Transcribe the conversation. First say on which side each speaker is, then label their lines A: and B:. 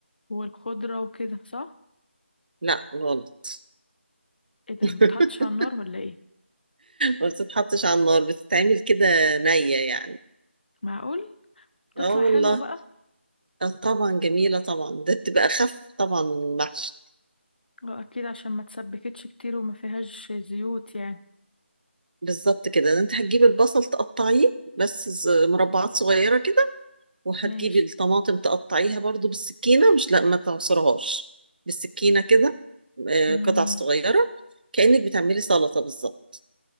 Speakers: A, on the left (about 50°); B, on the right (about 45°).
A: والخضرة وكده صح؟
B: لا غلط
A: ايه ده
B: <laughs>
A: متحطش على النار ولا ايه؟
B: ما بتتحطش على النار بتتعمل كده نيه يعني
A: معقول؟ تطلع
B: اه والله
A: حلوة بقى؟
B: اه طبعا جميلة طبعا ده بتبقى أخف طبعا من المحشي
A: اه اكيد عشان ما تسبكتش كتير وما فيهاش زيوت يعني
B: بالظبط كده ده انت هتجيبي البصل تقطعيه بس ز- مربعات صغيرة كده وهتجيبي
A: ماشي
B: الطماطم تقطعيها برضو بالسكينة مش لا ما تعصرهاش بالسكينة كده آه،
A: امم
B: قطع صغيرة كأنك بتعملي سلطة بالظبط